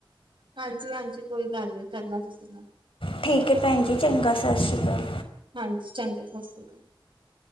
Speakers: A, on the right; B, on the left.
A: ਹਾਂਜੀ ਹਾਂਜੀ ਕੋਈ ਗੱਲ ਨੀ ਕਰਨਾ ਤੁਸੀਂ ਮੈ
B: ਠੀਕ ਹੈ ਭੈਣ ਜੀ ਚੰਗਾ ਸਤਿ ਸ਼੍ਰੀ ਅਕਾਲ।
A: ਹਾਂਜੀ ਚੰਗਾ <inaudible>